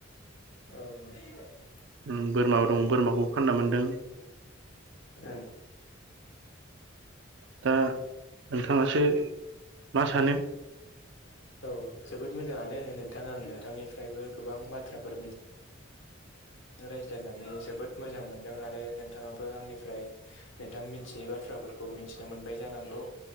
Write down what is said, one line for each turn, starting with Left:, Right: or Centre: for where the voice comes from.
Left: औ
Right: उम बोरमा दं, बोरमाखौबो फानना मोनदों।
Left: औ
Right: दा नोंथाङासो मा सानो?
Left: औ जोबोद मोजाङानो नोंथां। आं नोंथांनिफ्रायबो गोबां बाथ्राफोर मिथि रायज्लायनानै जोबोद मोजां मोनदों आरो नोंथाङाबो आंनिफ्राय नोंथां मिथियै बाथ्रा फोरखौ मिथिनो मोनबाय जानांगौ।